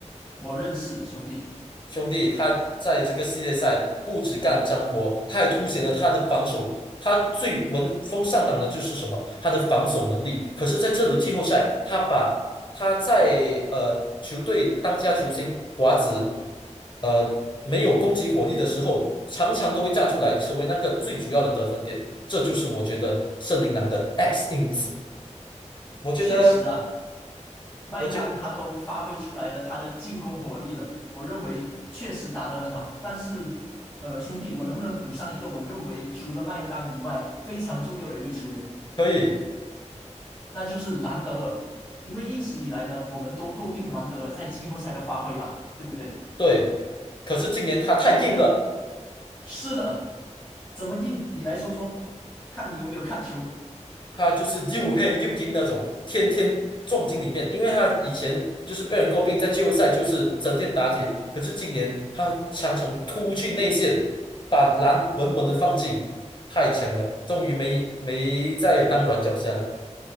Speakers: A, on the left (about 15°); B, on the left (about 40°).
A: 我认识兄弟，
B: 兄弟，他在这个系列赛不止干脏活，他还凸显了他的防守。他最闻风丧胆的就是什么？他的防守能力。可是，在这轮季后赛，他把他在呃球队当家球星华子，呃没有攻击火力的时候，常常都会站出来，成为那个最主要的得分点。这就是我觉得圣琳狼的 X 因子。我觉得，
A: 确实啊，麦当他都发挥出来了他的进攻火力了，
B: 我觉
A: 我认为确实打得很好。但是呃，兄弟，我能不能补上一个我认为除了麦当以外非常重要的一位球员，
B: 可以，
A: 那就是兰德尔。因为一直以来呢，我们都诟病兰德尔在季后赛的发挥吧，对不对？
B: 对。可是今年他太硬了。
A: 是的，怎么硬？你来说说，看你有没有看球。
B: 他就是又黑又硬那种，天天撞进里面。因为他以前就是被人诟病，在季后赛就是整天打铁，可是今年他常常突去内线，把篮稳稳的放进，太强了，终于没没再当软脚虾了，